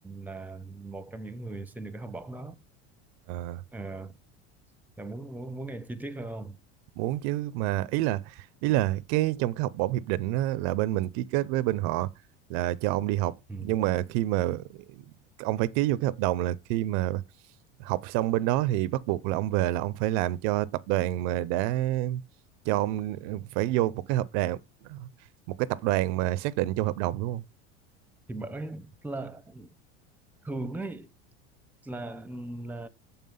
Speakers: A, in the centre; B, on the right (about 65°).
A: là, là một trong những người xin được cái học bổng đó
B: ờ,
A: Ờ, là muốn muốn muốn nghe chi tiết hơn không
B: muốn chứ mà ý là ý là cái trong cái học bổng hiệp định á, là bên mình ký kết với bên họ là cho ông đi học
A: ừ.
B: nhưng mà khi mà ông phải ký vô cái hợp đồng là khi mà học xong bên đó thì bắt buộc là ông về là ông phải làm cho tập đoàn mà đã cho ông ừ, phải vô một cái hợp đồng ờ, một cái tập đoàn mà xác định trong hợp đồng đúng không?
A: thì bởi là thường ấy là ừ, là